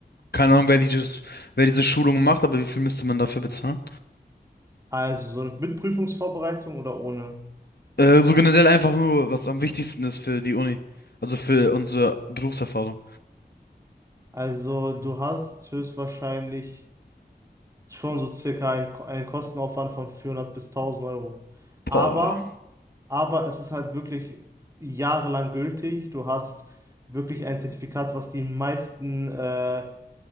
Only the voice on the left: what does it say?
keine Ahnung, wer dieses, wer diese Schulung macht, aber wie viel müsste man dafür bezahlen?
Äh, so generell einfach nur, was am wichtigsten ist für die Uni. Also für unsere Berufserfahrung.
Boah.